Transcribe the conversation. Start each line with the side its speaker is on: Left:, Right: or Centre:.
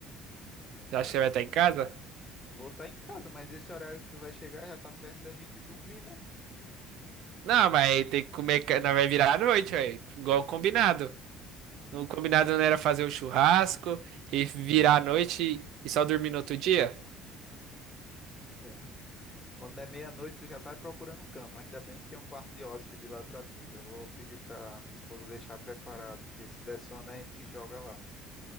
Right: Você
Left: Cássio,
Right: acha que você vai estar em casa?
Left: vou estar em casa, mas esse horário que tu vai chegar já tá perto da gente ir dormir, né?
Right: Não, mas tem que comer, ca- não vai virar à noite, velho. Igual combinado. O combinado não era fazer o churrasco e virar à noite e só dormir no outro dia?
Left: É. Quando é meia-noite, tu já tá procurando cama. Ainda bem que tem um quarto de hóspede lá pra tu. Já vou pedir pra minha esposa deixar preparado, porque se der sono, a gente joga lá.